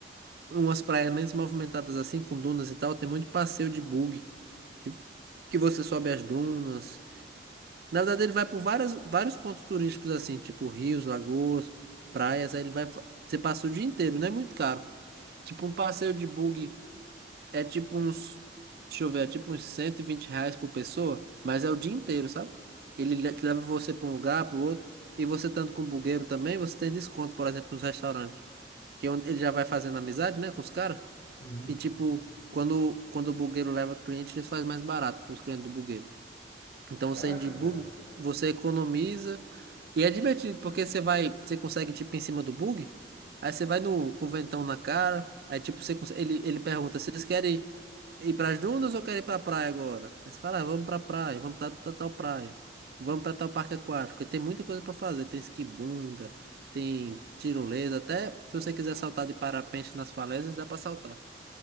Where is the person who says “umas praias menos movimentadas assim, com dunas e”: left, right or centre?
Right